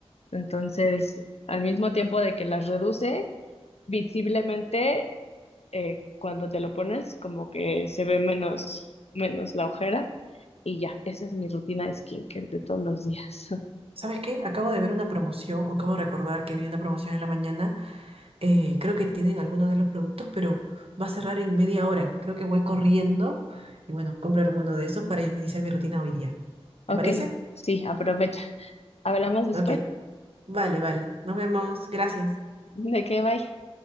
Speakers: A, on the left; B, on the right.
A: Entonces, al mismo tiempo de que las reduce, visiblemente eh, cuando te lo pones como que se ve menos, menos la ojera y ya, esa es mi rutina de skincare de todos los días. <laughs>
B: ¿Sabes qué? Acabo de ver una promoción, o acabo de recordar que vi una promoción en la mañana. eh, creo que tienen algunos de los productos, pero va a cerrar en media hora. Creo que voy corriendo y bueno, compro alguno de esos para iniciar mi rutina hoy día.
A: Ok,
B: ¿Te parece?
A: sí, aprovecha. Hablamos después.
B: Ok. Vale, vale. Nos vemos. Gracias.
A: ¿De qué? Bye.